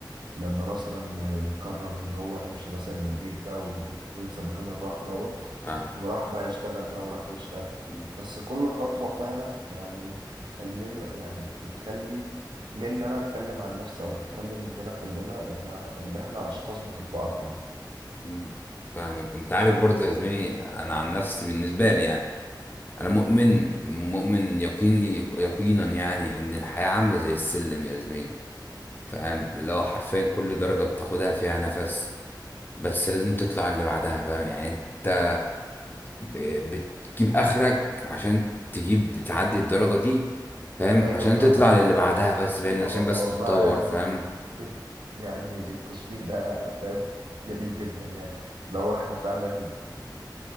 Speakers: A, on the right; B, on the left.
A: لما مثلا قرر ان هو يمشي مثلا من البيت بقى و- وينسى مكان الراحه دوت
B: فاهم
A: وراح بقى يشتغل بقى وراح يشتغل
B: مم.
A: بس كل خطوه فعلا يعني بتخلينا يعني بتخلي من إن انا اتكلم عن نفسي او بتخلي مننا كلنا ان ان احنا اشخاص بتبقى اقوى
B: مم. فاهمك انت عارف برضه يا زميلي انا عن نفسي بالنسبه لي يعني انا مؤمن مؤمن يقيني يق- يقينا يعني ان الحياه عامله زي السلم يا زميلي فاهم اللي هو حرفيا كل درجه بتاخدها فيها نفس بس لازم تطلع اللي بعدها فاهم يعني انت ب- بتجيب اخرك عشان تجيب تعدي الدرجة دي فاهم
A: ايوه
B: عشان
A: فعلا
B: تطلع
A: <laughs>
B: للي بعدها بس فاهم
A: و-
B: عشان بس
A: والله
B: تتطور
A: يعني
B: فاهم
A: الت- يعني التشبيه ده فاهم جميل جدا يعني لو احنا فعلا